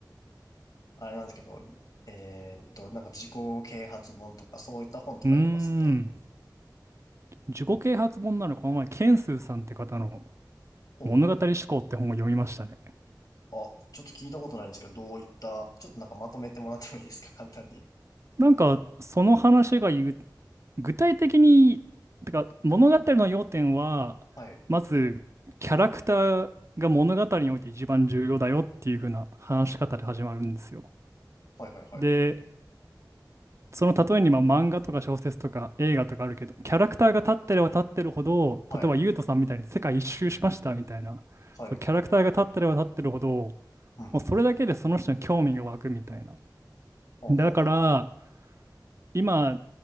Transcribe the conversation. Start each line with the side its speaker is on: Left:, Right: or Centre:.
Left: あれなんですけど、えーっと、なんか自己啓発本とかそういった本とか読みますね。
Right: ーん。自己啓発本ならこの前、ケンスーさんって方の
Left: こう。
Right: 物語思考って本を読みましたね。
Left: あ、ちょっと聞いたことないんですけど、どういった、ちょっとなんかまとめてもらってもいいですか、<laughs> 簡単に。
Right: なんか、その話が言う具体的に、てか物語の要点は、
Left: はい。
Right: まずキャラクターが物語において一番重要だよっていう風な話し方で始まるんですよ。
Left: はいはいはい。
Right: で、その例えにまあ漫画とか小説とか映画とかあるけど、キャラクターが立ってれば立ってるほど、
Left: はい。
Right: 例えばユウトさんみたいに世界一周しましたみたいな、
Left: はい。
Right: そう、キャラクターが立ってれば立ってるほど、も
Left: ふんふんふん。
Right: うそれだけでその人に興味が湧くみたいな。
Left: ほうほうほうほ
Right: だから、今